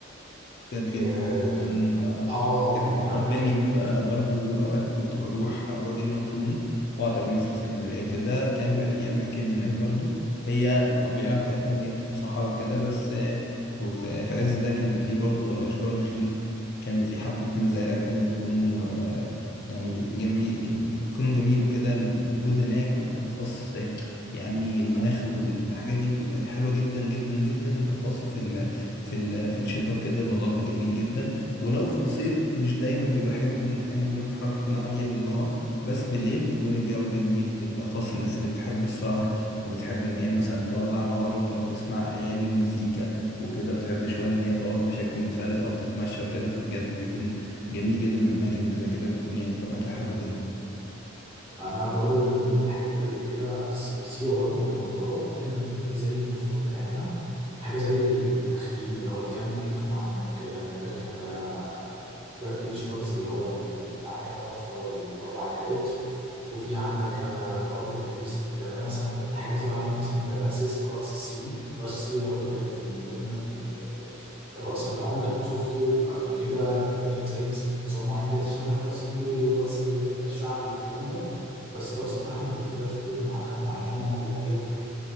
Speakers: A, on the left; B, on the right.
A: كانت جميلة
B: اه
A: جدا آه،
B: آه،
A: كنت
B: يعني
A: فكرتني
B: عندك كمان
A: ب-
B: في
A: برضو أوقات كنت بروح وادي النطرون وأعطى مصر اسكندرية وكده كان بيبقى فيه أماكن هناك برضو هي الطبيعة بتاعتها إن هي بتبقى صحراء وكده بس آه، ف- ف- في عز ده كان بيبقى فيه برضو أشجار نخيل كان بيبقى فيه حبة مزارع كده بيكونوا آه، يعني جميل جم- بيكونوا جميل وكده الوجود هناك وبالأخص يعني المناخ والحاجات دي بتبقى حلوة جدا جدا جدا بالأخص في ال في ال- في الشتاء وكده الموضوع بيبقى جميل جدا ولو في الصيف مش دايما بيبقى حلو لان احيانا درجة الحرارة بتكون عالية بالنهار بس بالليل بتكون الجو جميل بالاخص الناس اللي بتحب السهر وبتحب ان هي مثلا تولع نار وتقعد تسمع اغاني ومزيكا وكده بتحب شوية ان هي تقعد بشكل منفرد او تتمشى وكده فبجد بيكون جميل جدا الاماكن اللي زي كده بتكون يعني طبيعتها حلوة جدا
B: انا برضو من ضمن الحاجات اللي كده في الس- في سيوه برضو لما كنت بروح دايما بيبقى في زي نشاطات بنعملها حاجه زي ال- التخييم اللي هو الكامبينج وعندك آه، تركب آه، بيتش باجز اللي هو ال- ال- العجل دوت اللي هو الاربع عجلات وفي عندك آه، برضو الاكتيفيتيز اللي بتعملها مثلا بت- حاجات ليها علاقه مثلا بالرقص الرقص السيوي الرقص السيوي دوت بجد من ضمن ال- ال- الرقص اللي عمرك ما شفته قبل كده بيبقى ليهم زي نس- نظام معين كده شبه الرقص النوبي والرقص ال- ال- الشعبي والكلام ده بس الرقص بتاعهم بيبقى مختلف بيبقى ليهم حركات معينه بيبقى ليهم حاجات